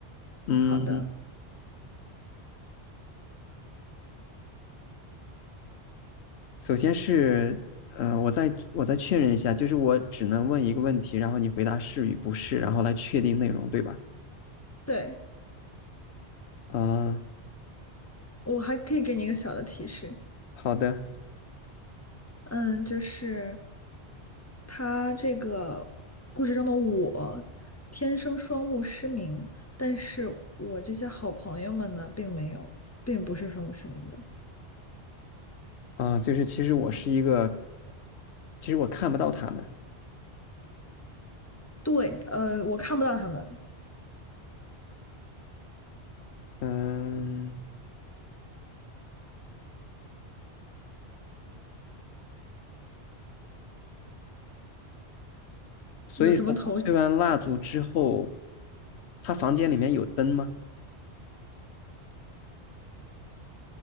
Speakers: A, on the left; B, on the left.
A: 嗯，
B: 好的，
A: 首先是，嗯，我再我再确认一下，就是我只能问一个问题，然后你回答是与不是，然后来确定内容，对吧？
B: 对，
A: 啊，
B: 我还可以给你一个小的提示，
A: 好的，
B: 嗯，就是他这个故事中的我，天生双目失明，但是我这些好朋友们呢，并没有，并不是双目失明的。
A: 啊，就是其实我是一个，其实我看不到他们，
B: 对，呃，我看不到他们
A: 嗯，所以说他吹完蜡烛之后，
B: 有什么头绪
A: 他房间里面有灯吗？